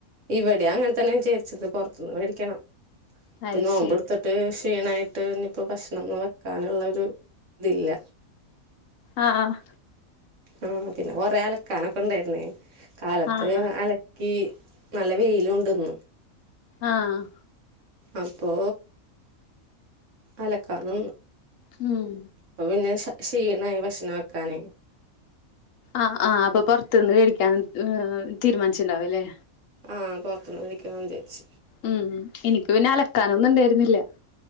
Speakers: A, on the right; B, on the left.
A: ഇവടിം അങ്ങൻതന്നെ വിചാരിച്ചത് പൊർത്ത്ന്ന് മേടിക്കണം. ഇപ്പ
B: അയ്ശരി
A: ഈ നോമ്പെട്ത്ത് ട്ട് ക്ഷീണായിട്ട് ഇഞ്ഞിപ്പോ ഭക്ഷണൊന്നും വെക്കാന്ള്ളൊരു ഇതില്ല.
B: ആഹ് ആഹ്
A: ആഹ് പിന്നെ കൊറെ അലക്കാനൊക്കെ ഇണ്ടേര്ന്നേ കാലത്ത്
B: ആഹ്
A: അല ക്കി നല്ല വെയിലൂണ്ട്ന്ന്.
B: ആഹ്
A: അപ്പോ അലക്കാ നിന്നു.
B: ഉം
A: പ്പൊ പിന്നെ ക്ഷീണായി ഭക്ഷണം വെക്കാന്.
B: ആഹ് ആഹ് അപ്പൊ പൊറ്ത്തുന്ന് കഴിക്കാൻ അ് തീരുമാൻച്ചിട്ടുണ്ടാവു ല്ലേ?
A: ആഹ് പൊറത്തുന്ന് കഴിക്കാന്ന് വിചാര്ച്ച്.
B: ഉം ഉം എനിക്ക് പിന്നെ അലക്കാനൊന്നുണ്ടേര്ന്നില്ല.